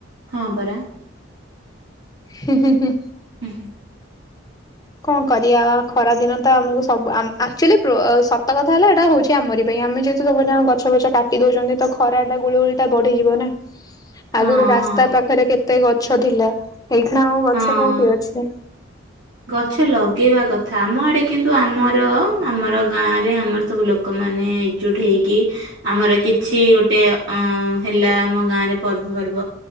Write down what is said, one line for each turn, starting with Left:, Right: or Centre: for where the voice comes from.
Right: ହଁ ପରା
Left: ହୁଁ ହୁଁ ହୁଁ
Right: ହୁଁ ହୁଁ।
Left: କଣ କରିବା ଖରା ଦିନ ତ ଆମକୁ ସବୁ ଆକ୍ଚୁଆଲି ସତ କଥା ହେଲା ଏଇଟା ହଉଛି ଆମରି ପାଇଁ ଆମେ ଯେହେତୁ ସବୁ ଜଣ ଗଛ ଫଛ କାଟି ଦଉଛନ୍ତି ତ ଖରାଟା ଗୁଳି ଗୁଳି ଟା ବଢିଯିବ ନା।
Right: ହଁ
Left: ଆଗରୁ ରାସ୍ତା
Right: ହଁ
Left: ପାଖରେ କେତେ ଗ ସଦିଲା ଏଇଠା ଆମ ଗଛ
Right: ହଁ।
Left: କୋଉଠି ଅଛି।
Right: ଗଛ ଲଗେଇବା କଥା, ଆମ ଆଡେ କିନ୍ତୁ ଆମର ଆମର ଗାଁ ରେ ଆମର ସବୁ ଲୋକମାନେ ଏକଜୁଟ ହେଇକି, ଆମର କିଛି ଗୋଟେ ଅ ହେଲା ଆମ ଗାଁରେ ପର୍ବପର୍ବ